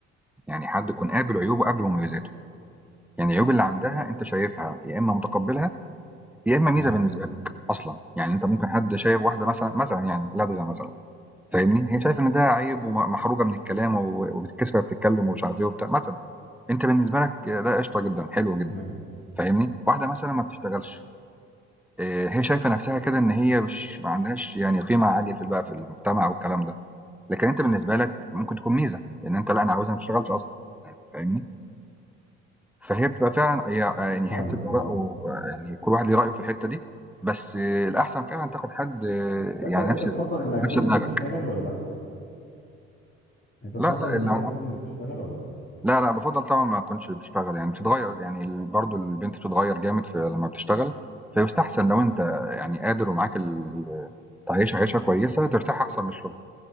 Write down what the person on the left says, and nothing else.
تمام
تمام
فاهمك
اه
طب انت
انت
تفضل ان اكون
بتشتغل ولا لا انت تفضل
ان هي تكون بتشتغل ولا لا